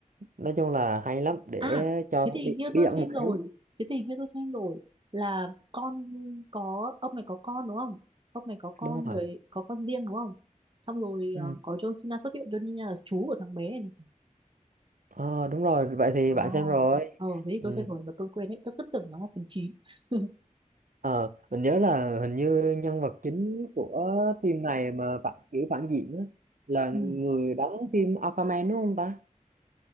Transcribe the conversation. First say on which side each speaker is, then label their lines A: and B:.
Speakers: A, on the right; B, on the right.
A: nói chung là hay lắm để
B: À,
A: cho
B: thế thì hình
A: bí
B: như
A: bí
B: tôi
A: ẩn
B: xem
A: một
B: rồi.
A: xíu.
B: Thế thì hình như tôi xem rồi là con có ông này có con đúng không? Ông này có con
A: Đúng rồi.
B: với có con riêng đúng không? Xong rồi
A: Ừ.
B: ờ, có John Cena xuất hiện, John Cena là chú của thằng bé này.
A: Ờ, đúng rồi. Vậy thì
B: Ồ.
A: bạn xem rồi.
B: Ờ thế thì
A: Ừ.
B: tôi xem rồi mà tôi quên hết, tôi cứ tưởng nó là phần 9. <laughs>
A: Ờ, mình nhớ là hình như nhân vật chính của phim này mà phản kiểu phản diện á, là
B: ừ.
A: người đóng phim Aquaman đúng không ta?